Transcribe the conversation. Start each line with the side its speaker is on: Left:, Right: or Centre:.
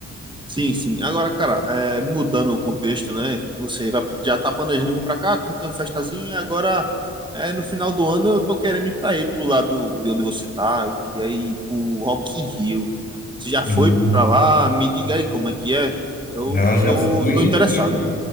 Right: Sim, sim. Agora, cara, é, mudando o contexto, né? Você vai, já tá planejando vir pra cá, curtir uma festazinha, agora é, no final do ano eu tô querendo ir pra aí, pro lado de onde você tá. Eu queria ir pro Rock in Rio. Você já
Left: Sim.
Right: foi pra lá? Me diga aí como é que é. Eu
Left: Já já
Right: tô,
Left: fui
Right: tô interessado.
Left: e,